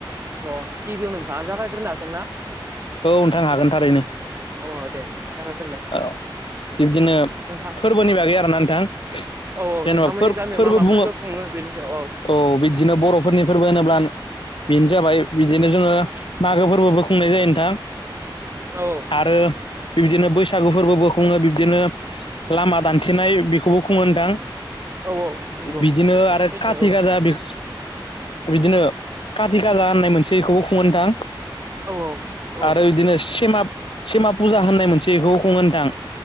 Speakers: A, on the right (about 30°); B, on the left (about 80°).
A: अ गिबियाव नोंथाङा जागायग्रोनो हागोन ना
B: औ नोंथां हागोन थारैनो।
A: अ दे जागायग्रोलाय
B: औ बिब्दिनो
A: नोंथां
B: फोरबोनि बागै आरोना नोंथां।
A: औ
B: जेन'बा
A: नोंथांमोननि
B: फोर-फोरबो
A: गामियाव मा मा
B: बुङो।
A: फोरबो
B: औ
A: खुङो बेनि सायाव
B: बिदिनो बर'फोरनि फोरबो होनोब्ला बेनो जाबाय बिदिनो जोङो मागो फोरबोबो खुंनाय जायो नोंथां।
A: औ
B: आरो बिबायदिनो बैसाग सागु फोरबो खुङो। बिब्दिनो लामा दान्थेनाय बेखौबो खुङो नोंथां।
A: औ औ नंगौ
B: बिदिनो आरो
A: सैथो
B: काटि
A: औ
B: गाजा बे बिदिनो काति काला होननाय मोनसे बेखौबो खुङो नोंथां।
A: औ औ
B: आरो
A: सैथो
B: बिदिनो सिमा सिमा फुजा होननाय मोनसे इखौबो खुङो नोंथां।